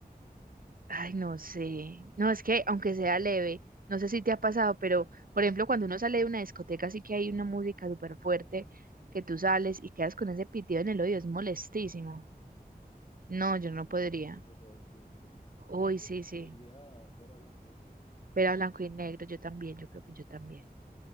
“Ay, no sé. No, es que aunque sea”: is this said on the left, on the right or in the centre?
Right